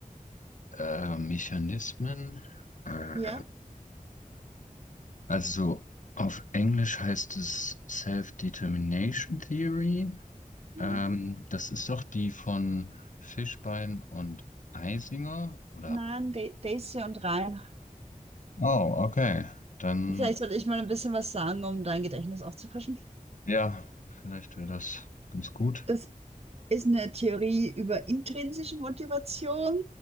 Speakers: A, on the left; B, on the right.
A: äh, Mechanismen. Äh,
B: Ja?
A: also auf Englisch heißt es Self-Determination Theory.
B: Ja.
A: Ähm, das ist doch die von Fischbein und Eisinger, oder?
B: Nein, Da- Daisy und Ryan
A: Oh, okay. Dann,
B: Vielleicht sollte ich mal ein bisschen was sagen, um dein Gedächtnis aufzufrischen.
A: ja, vielleicht wäre das ganz gut.
B: Das ist eine Theorie über intrinsische Motivation